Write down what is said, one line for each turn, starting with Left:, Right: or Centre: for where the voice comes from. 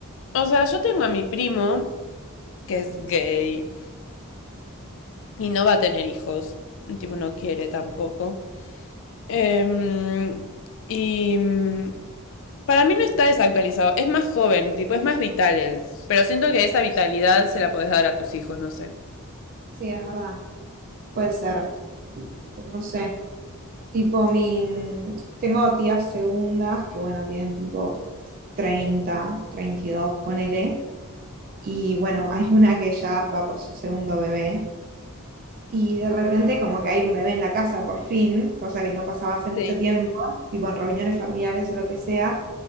Left: o sea, yo tengo a mi primo, que es gay, y no va a tener hijos. Tipo, no quiere tampoco. Em, y mm, para mí no está desactualizado, es más joven, tipo, es más vital él. Pero siento que esa vitalidad se la podés dar a tus hijos, no sé.
Right: sí, es verdad, puede ser, pero no sé. Tipo, mi, tengo tías segundas que, bueno, tienen tipo treinta treinta y dos ponele. Y bueno, hay <laughs> una que ya va por su segundo bebé. Y de repente como que hay un bebé en la casa por fin, cosa que no pasaba hace mucho
Left: Sí.
Right: tiempo, tipo en reuniones familiares o lo que sea.